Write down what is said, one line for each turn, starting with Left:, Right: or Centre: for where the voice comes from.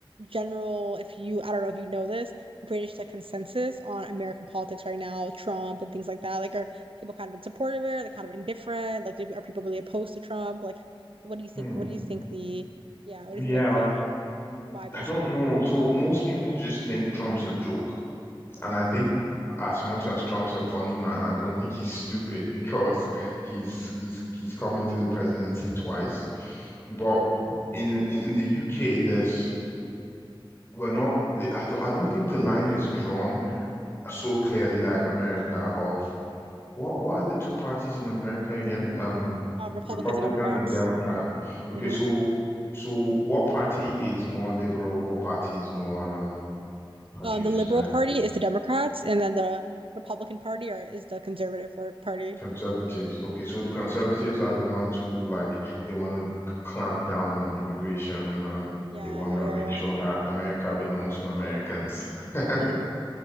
Right: general if you I don't know if you know this British like consensus on American politics right now, Trump and things like that? Like, are people kind of in support of it? Are they kind of indifferent? Like, do- are people really opposed to Trump? Like, what do you think?
Left: Hmm.
Right: What do you think the yeah? What do
Left: Yeah,
Right: you think like the um, vibe
Left: I
Right: is
Left: don't
Right: in
Left: know.
Right: the UK?
Left: So most people just think Trump's a joke, and I think
Right: Mhm,
Left: as much as Trump's a funny man, I don't think he's stupid <laughs> because he's he's he's come into the presidency twice. But
Right: mhm.
Left: in in the UK, there's we're not the- I don't I don't think the line is drawn so clearly like America of what what are the two parties in America again? Um,
Right: Um, Republicans
Left: Republican
Right: and Democrats.
Left: and Democrat. Okay,
Right: hmm
Left: so so what party is more liberal? What party is more um how
Right: Um,
Left: do you
Right: the
Left: describe
Right: Liberal Party
Left: it?
Right: is the Democrats, and then the Republican Party or is the Conservative for- Party.
Left: Conservatives. Okay, so the conservatives are the ones who like they want to clamp down on immigration and
Right: Yeah,
Left: they want to
Right: yeah,
Left: make sure that America belongs to Americans. <laughs>
Right: yeah. hmm